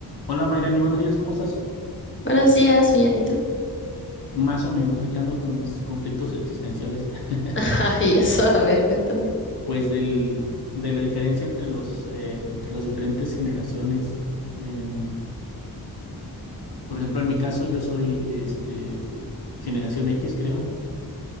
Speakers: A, on the left; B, on the left.
A: Hola Mayrani, buenos días, ¿cómo estás?
B: Buenos días, bien, ¿y tú?
A: Más o menos, aquí ando con mis conflictos existenciales, <laughs>
B: <laughs> Y eso, a ver, cuéntame.
A: pues del, de la diferencia entre los, eh, entre las diferentes generaciones. Eh, por ejemplo, en mi caso yo soy este, generación X, creo,